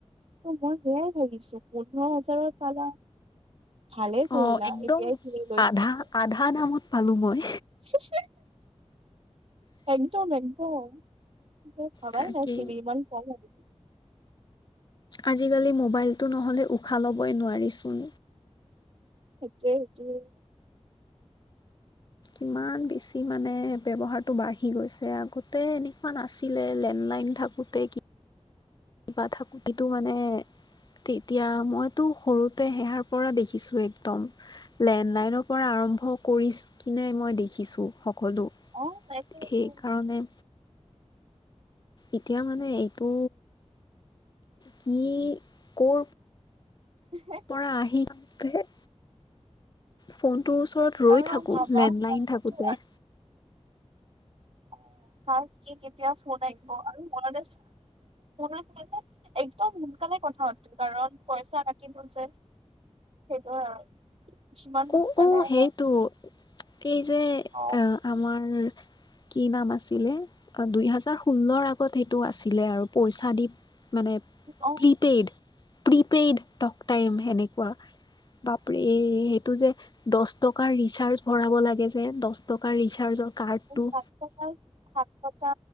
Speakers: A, on the right; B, on the left.
A: ত মই সেয়াই ভাবিছো পোন্ধৰ হাজাৰত পালা? ভালেই কৰিলা
B: অ', একদম
A: এতিয়াই কিনি লৈছা।
B: আধা আধা দামত পালোঁ মই।
A: হী <inaudible> একদম-একদম মই ভাবাই
B: তাকেই
A: নাছিলোঁ ইমান কম হব বুলি।
B: আজিকালি মোবাইলটো নহ'লে উশাহ ল'বই নোৱাৰিচোন।
A: সেইটোৱে-সেইটোৱে।
B: ইমান বেছি মানে ব্যৱহাৰটো বাঢ়ি গৈছে। আগতে এনেকুৱা নাছিলে লেণ্ডলাইন থাকো গতেই কি কিবা থাকোতেটো মানে তেতিয়া মইতো সৰুতে সেহাৰ পৰা দেখিছোযেই। উম, লেণ্ডলাইনৰ পৰা আৰম্ভ কৰি কিনে মই দেখিছো সকলো।
A: অ, একো।
B: সেইকাৰণে, এতিয়া মানে এইটো কি কৰ।
A: উ <inaudible>
B: পৰা আহি থাকোঁতে, ফোনটোৰ ওচৰত ৰৈ
A: আৰু
B: থাকো
A: ভাবা
B: লেণ্ডলাইন
A: আৰুতো
B: থাকোতে।
A: অ, কাৰ কি কেতিয়া ফোন আহিব আৰু ফোন আহিলেনে? একদম সোনকালে কথা পাতো কাৰণ পইচা কাটিব যে। সেইটোৱে আৰু। যিমান সোনকালে
B: উ, উ, সেইটো।
A: হয়
B: এই যে
A: অ
B: আহ আমাৰ কি নাম আছিলে? দুইহেজাৰ ষোল্লৰ আগত সেইটো আছিলে আৰু পইচা দি মানে
A: অ
B: প্ৰিপেইড। প্ৰিপেইড টক টাইম সেনেকুৱা বাপৰে এ সেইটো যে দছ টকাৰ ৰিচাৰ্জ ভৰাব লাগে যে, দছ টকাৰ ৰিচাৰ্জৰ কাৰ্ডটো
A: সাত টকা সাত টকা